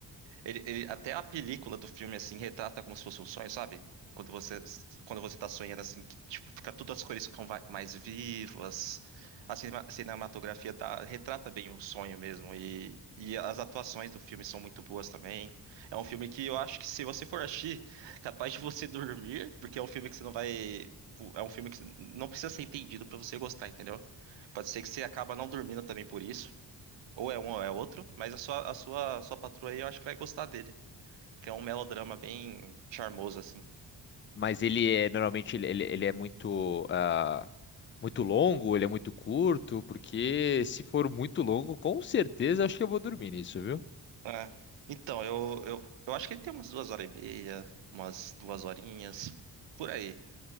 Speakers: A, on the right (about 70°); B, on the left (about 25°).
A: Ele, ele- até a película do filme, assim, retrata como se fosse um sonho, sabe? Quando você, quando você tá sonhando, assim, que, tipo, fica tudo as cores ficam vai- mais vivas. A cinema- cinematografia dá- retrata bem o sonho mesmo. E, e as atuações do filme são muito boas também. É um filme que eu acho que se você for assistir, capaz de você <laughs> dormir, porque é um filme que você não vai. É um filme que não precisa ser entendido pra você gostar, entendeu? Pode ser que você acaba não dormindo também por isso. Ou é um ou é outro, mas a sua, a sua, a sua patroa aí eu acho que vai gostar dele. Porque é um melodrama bem charmoso, assim.
B: Mas ele é normalmente ele, ele, ele é muito ah, muito longo, ele é muito curto, porque se for muito longo, com certeza acho que eu vou dormir nisso, viu?
A: É. Então, eu, eu, eu acho que ele tem umas duas horas e meia, umas duas horinhas, por aí.